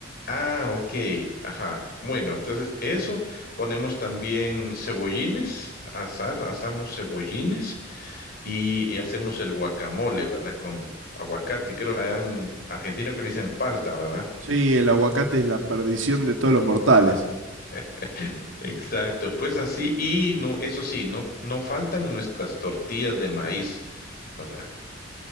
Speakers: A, on the left; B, on the right.
A: Ah, ok, ajá. Bueno, entonces eso, ponemos también cebollines, asar, asamos cebollines y, y hacemos el guacamole, ¿verdad? Con aguacate, creo, allá en Argentina que le dicen palta, ¿verdad?
B: Sí, el aguacate es la perdición de todos los mortales.
A: <laughs> Exacto, pues así, y no, eso sí, no, no faltan nuestras tortillas de maíz, ¿verdad?